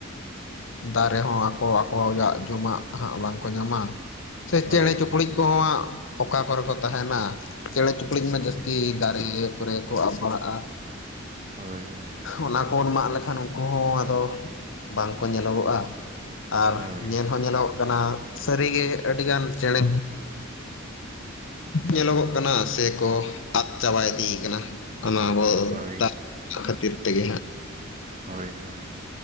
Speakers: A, on the left; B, on the right.
A: ᱫᱟᱨᱮ ᱦᱚᱸ ᱟᱠᱚ ᱟᱠᱚᱜᱟᱜ ᱡᱚᱢᱟᱜ ᱦᱟᱸᱜ ᱵᱟᱝᱠᱚ ᱧᱟᱢᱟ ᱥᱮ
B: ᱦᱳᱭ
A: ᱪᱮᱬᱮ ᱪᱩᱯᱲᱩᱡ
B: ᱦᱳᱭ
A: ᱠᱩᱦᱚᱸᱣᱟᱜ ᱚᱠᱟ ᱠᱚᱨᱮ ᱠᱚ ᱛᱟᱦᱮᱱᱟ ᱪᱮᱬᱮ ᱪᱩᱯᱲᱩᱡ ᱢᱟ
B: ᱦᱳᱭ
A: ᱡᱟᱹᱥᱛᱤ ᱫᱟᱨᱮ ᱠᱚᱨᱮ ᱠᱚ ᱟᱵ ᱵᱟᱲᱟᱜ-ᱟ
B: ᱦᱳᱭ ᱦᱳᱭ
A: ᱚᱱᱟ ᱠᱚᱵᱚᱱ ᱢᱟᱜ ᱞᱮᱠᱷᱟᱱ ᱩᱱᱠᱩ ᱦᱚᱸ ᱟᱫᱚ ᱵᱟᱝᱠᱚ ᱧᱮᱞᱚᱜᱚᱜ-ᱟ ᱟᱨ
B: ᱦᱳᱭ
A: ᱧᱮᱞ ᱦᱚᱸ ᱧᱮᱞᱚᱜ ᱠᱟᱱᱟ ᱥᱟᱹᱨᱤᱜᱮ ᱟᱹᱰᱤᱜᱟᱱ ᱪᱮᱬᱮ ᱧᱮᱞᱚᱜᱚᱜ ᱠᱟᱱᱟ ᱥᱮᱠᱚ ᱟᱫ ᱪᱟᱵᱟᱭ ᱫᱤ ᱠᱟᱱᱟ ᱾ ᱚᱱᱟ ᱟᱵᱚ
B: ᱦᱳᱭ
A: ᱫᱟᱜ ᱠᱷᱟᱹᱛᱤᱨ ᱛᱮᱜᱮ ᱦᱟᱸᱜ
B: ᱦᱚᱭ ᱦᱚᱭ